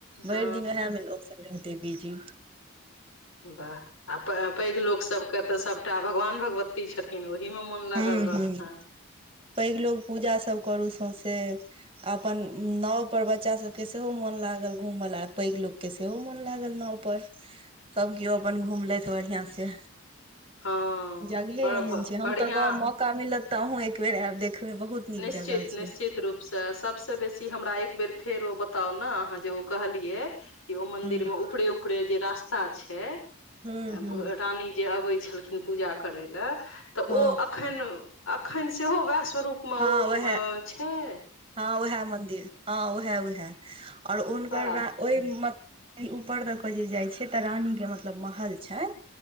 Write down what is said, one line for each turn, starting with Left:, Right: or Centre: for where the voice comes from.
Left: हँ
Right: भइर दिन उहएह में लोग सब रहते बीजी।
Left: बाह आ प-पैघ लोक सब के तऽ सबटा भगवान भगवती छथिन ओहि मे मोन लागल
Right: हूँ
Left: रहता।
Right: हूँ पैघ लोग पूजा सब करू सौंसे। अपन नाव पर बच्चा सबके सेहो मोन लागल घूमऽ ल पैघ लोक के सेहो मोन लागल नाव पर। सब कीयो अपन घुमलथि बढ़ियाँ से।
Left: हँ
Right: जगहे
Left: बड़
Right: एहन छै हम
Left: बढ़िआँ
Right: तऽ गाम मौका मिलत तऽ अहूँ एक बेेर आयब देखब में बहुत नीक
Left: निश्चित
Right: जगह
Left: निश्चित
Right: छै
Left: रूप। से सब सँ बेसी हमरा एक बेेर फेर ओ बताउ न अहाँ जे ओ कहलियै। इहो मंदिर
Right: हूँ
Left: मे ऊपरे ऊपरे जे रास्ता छै
Right: हूँ हूँ
Left: भग रानी जे अबै छलखिन पूजा करय लए तऽ
Right: हँ
Left: ओ अखन अखन सेहो वएह स्वरूप। मऽ
Right: हँ
Left: ओ
Right: उएह
Left: मऽ ऽछै।
Right: हँ उएह मंदिर हँ उएह उएह और हुनकर
Left: वाह
Right: ओहि मत ऊपर दऽ कऽ जे जाइ छैय तऽ रानी के मतलब महल छै।